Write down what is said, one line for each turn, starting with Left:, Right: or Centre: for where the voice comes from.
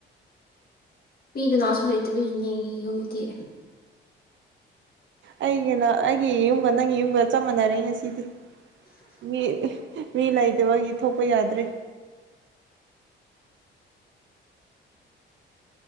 Left: ꯃꯤ ꯀꯅꯥꯁꯨ ꯂꯩꯇꯕ ꯏꯅꯦꯒꯤ ꯌꯨꯝꯗꯤ
Right: ꯑꯩꯒꯅ ꯑꯩꯒꯤ ꯌꯨꯝꯒ ꯅꯪꯒꯤ ꯌꯨꯝꯒ ꯆꯞ ꯃꯥꯟꯅꯔꯦ ꯉꯁꯤꯗꯤ ꯃꯤ ꯃꯤ ꯂꯩꯇꯕꯒꯤ ꯊꯣꯛꯄ ꯌꯥꯗ꯭ꯔꯦ <inaudible>